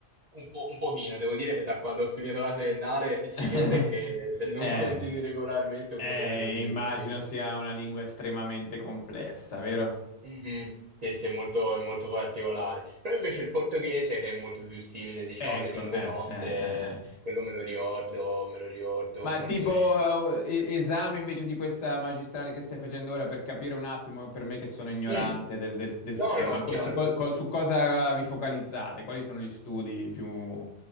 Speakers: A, on the right; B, on the left.
A: Un po', un pochino, devo dire che da quando ho finito la triennale si
B: <laughs>
A: vede che se non
B: Eh.
A: continui regolarmente un
B: Eh,
A: pochino te lo dimentichi.
B: immagino sia una lingua estremamente complessa, vero?
A: Mhm. Sì, sì, è molto, è molto particolare. Però invece il portoghese, che è molto più simile, diciamo,
B: Ecco,
A: alle lingue
B: eh,
A: nostre,
B: eh, eh, eh.
A: quello me lo ricordo, me lo ricordo
B: Ma
A: molto
B: tipo
A: meglio.
B: eh, e- esame invece di questa magistrale che stai facendo ora per capire un attimo, per me che sono ignorante
A: Mm.
B: del, del- del
A: No,
B: tema,
A: no,
B: co-
A: chiaro.
B: su, co- co- su cosa vi focalizzate? Quali sono gli studi più